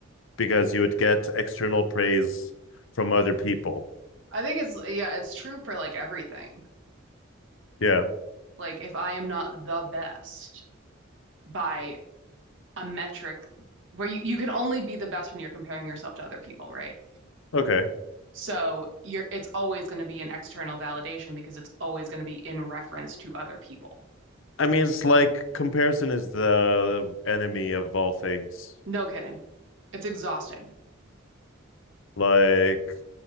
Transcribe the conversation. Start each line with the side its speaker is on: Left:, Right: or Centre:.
Left: because you would get external praise from other people.
Right: I think it's, yeah, it's true for like everything.
Left: Yeah.
Right: Like if I am not the best by a metric where you, you can only be the best when you're comparing yourself to other people, right?
Left: Okay.
Right: So you're it's always going to be an external validation because it's always going to be in reference to other people.
Left: I mean, it's like comparison is the enemy of all things.
Right: No kidding. It's exhausting.
Left: Like,